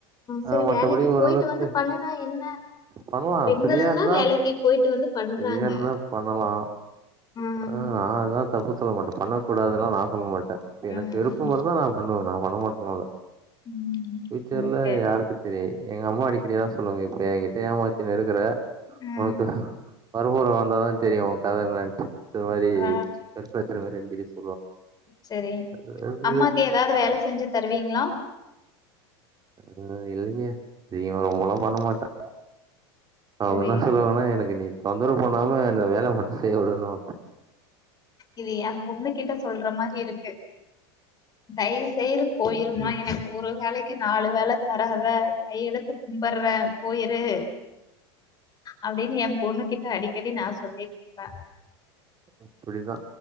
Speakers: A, on the right; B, on the left.
A: ஆ
B: சரி
A: மத்தபடி
B: வேலைக்கு
A: ஓரளவுக்கு
B: போயிட்டு வந்து பண்ணுனா என்ன
A: பண்லா
B: பெண்களும்
A: ஃபிரியாருந்தா
B: தான் வேலைக்கு போயிட்டு வந்து பண்றாங்க.
A: ஃபிரியா இருந்தா பண்ணலா
B: ம்.
A: ஆ நா அதா தப்பு சொல்ல மாட்ட பண்ணக்கூடாதுலா நா சொல்ல மாட் ட எனக்கு
B: ம்.
A: விருப்பமாருந்தா நா பண்ணுவ நா பணமாட்டுமல்ல
B: ம்.
A: ஃப்யூச்சர்ல
B: ஓகே.
A: யாருக்கு தெரியி எங்க அம்மா அடிக்கடி அதா சொல்வாங்க இப்ப எங்கிட் ட ஏமாத்தினு இருகுற
B: ம்.
A: ஒனக்கு மருமக வந்தாதா தெரியு ஒ கத என்னன்ட்டு <unintelligible>
B: ஆ
A: <unintelligible>
B: சரி
A: அதாவது
B: அம்மாக்கு எதாது வேல செஞ்சு தருவீங்ளா
A: அ இல்லிங்க <unintelligible> ரொம்பல்லா பண்ண மாட்ட அவுங்கனா
B: சரி.
A: சொல்லுவாங்னா எனக்கு நீ தொந்தரவு பண்ணாம இந்த வேல மட்டு செய்ய விடணு
B: இது ஏ பொண்ணு கிட்ட சொல்ற மாரி இருக்கு தயவ்செய்து போயிருமா
A: ம்.
B: எனக்கு ஒரு வேலக்கி நாலு வேல தராத கையெடுத்து கும்பர்றே போயிரு அப்டின்னு என் பொண்ணு கிட் ட அடிக்கடி நா சொல்லிட்ருப்ப
A: பப்போம் ப்புடிதா